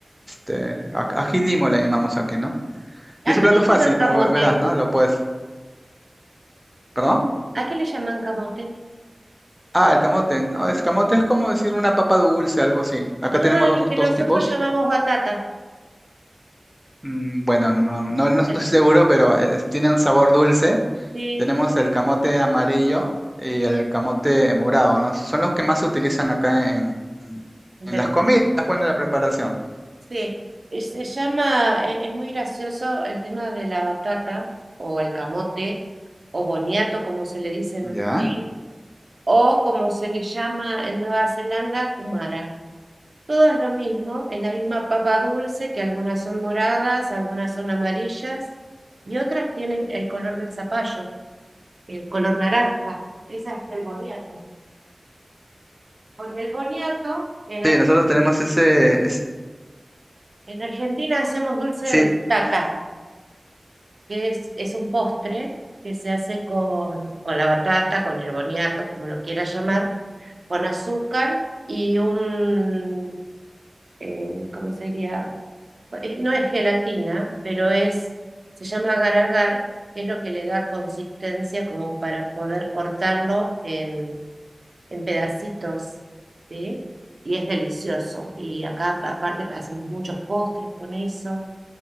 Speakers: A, in the centre; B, on the right.
A: Este, aj- ají limo le llamamos aquí, ¿no?
B: ¿A
A: Y es un
B: qué
A: plato
B: le
A: fácil,
B: llaman
A: como
B: camote?
A: ve- verás, ¿no? Lo puedes... ¿Perdón?
B: ¿A qué le llaman camote?
A: Ah, el camote. No, el camote es como decir una papa dulce, algo así. Acá
B: Ah,
A: tenemos dos,
B: lo que
A: dos
B: nosotros
A: tipos.
B: llamamos batata.
A: Mm, bueno, no, no, no no estoy
B: <laughs>
A: seguro, pero eh, tienen sabor dulce.
B: Sí,
A: Tenemos el camote amarillo y el camote morado, ¿no? Son los que más se utilizan acá en,
B: en
A: en
B: Perú.
A: las comidas, pues en la preparación.
B: Sí. Eh, Se llama, e- es muy gracioso el tema de la batata o el camote o boniato, como se le dice en
A: ¿Ya?
B: Uruguay, o como se le llama en Nueva Zelanda, kumara. Todo es lo mismo, es la misma papa dulce, que algunas son moradas, algunas son amarillas y otras tienen el color del zapallo, el color naranja. Esa es el boniato. Con el boniato, en,
A: Sí,
B: Ar-
A: nosotros tenemos ese... ese-
B: en Argentina hacemos dulce
A: sí,
B: de tata, que es, es un postre que se hace con, con la batata, con el boniato, como lo quieras llamar, con azúcar y un eh, ¿cómo sería? Eh, No es gelatina, pero es, se llama agar-agar, que es lo que le da consistencia como para poder cortarlo en, en pedacitos, ¿sí? Y es delicioso. Y acá, aparte, hacemos muchos postres con eso.